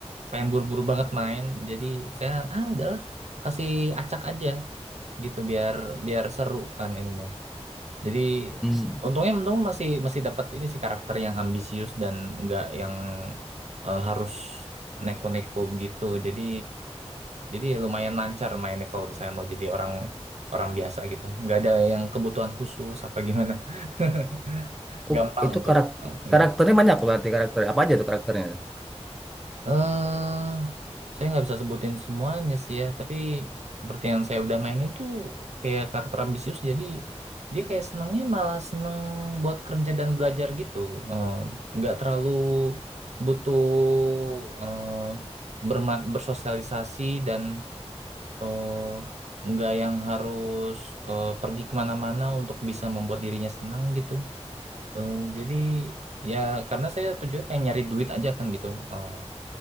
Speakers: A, on the right; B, in the centre.
A: pengen buru-buru banget main, jadi saya ah udahlah kasih acak aja gitu biar biar seru kan ininya. Jadi
B: Hmm.
A: untungnya untung masih masih dapat ini sih karakter yang ambisius dan nggak yang eh, harus neko-neko begitu. Jadi jadi lumayan lancar mainnya kalau misalnya mau jadi orang orang biasa gitu. Nggak ada yang kebutuhan khusus apa gimana. <laughs>
B: Oh,
A: Gampang
B: itu
A: untuk
B: karak
A: eh, ininya.
B: karakternya banyak berarti karakter apa aja tuh karakternya?
A: eh saya nggak bisa sebutin semuanya sih ya, tapi seperti yang saya udah mainin tuh kayak karakter ambisius, jadi dia kayak senangnya malah seneng buat kerja dan belajar gitu, Eh, nggak terlalu butuh eh, berma- bersosialisasi dan eh, nggak yang harus eh, pergi kemana-mana untuk bisa membuat dirinya senang gitu. Eh, jadi ya karena saya tujuannya pengen nyari duit aja kan gitu. Eh,